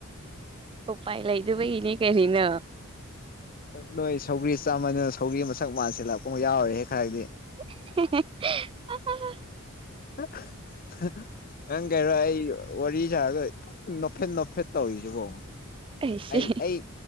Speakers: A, on the right; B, on the left.
A: ꯎꯄꯥꯏ ꯂꯩꯗꯕꯒꯤꯅꯦ ꯀꯔꯤꯅꯣ
B: ꯅꯣꯏ ꯁꯧꯒ꯭ꯔꯤ ꯆꯥꯃꯟꯗꯅ ꯁꯧꯒ꯭ꯔꯤ ꯃꯁꯛ ꯃꯁꯤꯜꯂꯥꯛꯄ ꯑꯃ ꯌꯥꯎꯔꯦ ꯈꯔꯗꯤ
A: ꯑꯏ
B: <unintelligible> ꯅꯪ ꯀꯩꯔꯣ ꯑꯩ ꯋꯥꯔꯤ ꯁꯥꯔꯒꯪ ꯅꯣꯞꯐꯦꯠ ꯅꯣꯞꯐꯦꯠ ꯇꯧꯔꯤꯁꯤꯕꯣ
A: ꯑꯩꯁꯤ
B: ꯑꯩ ꯑꯩ